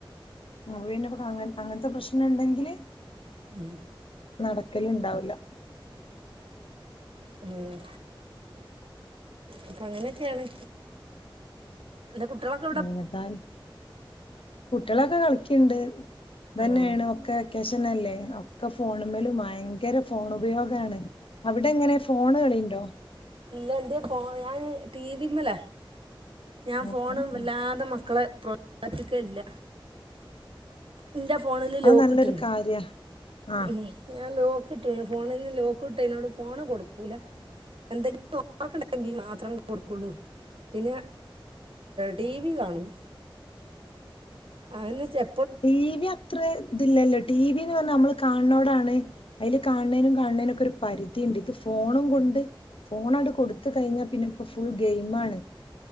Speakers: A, on the left; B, on the right.
A: അപ്പ പിന്നെ അങ്ങ അങ്ങനത്തെ പ്രശ്നംണ്ടെങ്കില്
B: ഉം
A: നടക്കല്ണ്ടാവുല
B: ഉം അപ്പൊ അങ്ങനൊക്കേണ് എന്ത കുട്ടികളെ
A: പിന്നെത്താ കുട്ടിയളൊക്കെ കളിക്ക്ണ്ട് ഇതന്നെയാണ്
B: ഉം
A: ഒക്കെ വെക്കേഷനല്ലേ ഒക്കെ ഫോണ് മ്മലും ഭയങ്കര ഫോണ് ഉപയോഗാണ് അവിടെങ്ങനെ ഫോണു കളിയുണ്ടോ?
B: ഇല്ല ഇന്റെ ഫോൺ ഞാൻ ടി വിമ്മല ഞാൻ
A: ഉം
B: ഫോണ്
A: ഉം
B: വല്ലാതെ
A: ഉം
B: മക്കളെ പ്രോത്സാഹിപ്പിക്കേല്ല ഇന്റെ ഫോണില് ലോക്ക്
A: അത് നല്ലൊരു
B: ഇട്ട്ണ്
A: കാര്യ ആ
B: ഉം ഞാൻ ലോക്ക്ട്ട്ണ് ഫോണില് ലോക്ക് ഇട്ടെയിനോട് ഫോണ് കൊടുക്കൂല്ല എന്തെങ്കിലും ഹോം വർക്ക് ഇണ്ടായെങ്കി മാത്രം കൊടുക്കൊള്ളൂ പിന്നെ ടി വി കാണും അയെന്നെ ചെല
A: ടി വി അത്ര ഇതില്ലല്ലോ ടി വിന്ന് പറഞ്ഞാ നമ്മള് കാൺണോടാണ് അയില് കാൺണേനും കാണ് ണേനൊക്കെ ഒരു പരിധിയിണ്ട് ഇത് ഫോണും കൊണ്ട് ഫോണാണ്ട് കൊടുത്ത കൊടുത്ത് കഴിഞ്ഞാ പിന്നെ ഇപ്പം ഫുൾ ഗെയിംമാണ്